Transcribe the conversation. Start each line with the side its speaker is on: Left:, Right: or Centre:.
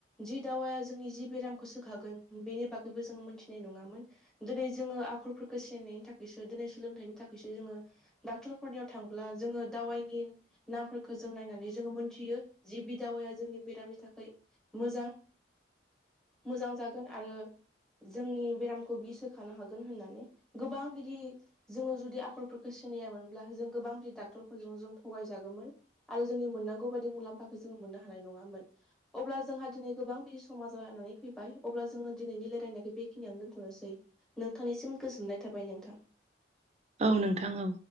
Centre: जि दावाया जोंनि जि बेरामखो सोखागोन बेनि बागैबो जोङो मोनथिनाय नङामोन। दोनै जोङो आखरफोरखो सिनायनायनि थाखायसो दोनै सोलोंथाइनि थाखायसो जोङो डाक्टरफोरनियाव थांब्ला जोङो दावाइनि नामफोरखो जों नायनानै जोङो मोनथियो जि बि दावाया जोंनि बेरामनि थाखाय मोजां मोजां जागोन आरो जोंनि बेरामखौ बि सोखानो हागोन होननानै गोबां बिदि जोङो जुदि आखलफोरखौ सिनायामोनब्ला जों गोबां बिदि डाक्टरफोरजों जों थगायजागोमोन। आरो जोंनि मोननांगौ बायदि मुलाम्फाखौ जोङो मोननो हानाय नङामोन अब्ला जोंहा दिनै गोबां बिदि समा जालायनानै फैबाय अब्ला जोङो दिनैनि लायरायनायखो बेखिनियावनो दोन्थ'नोसै। नोंथांनिसिम गोजोननाय थाबाय नोंथां।
Right: औ नोंथां औ।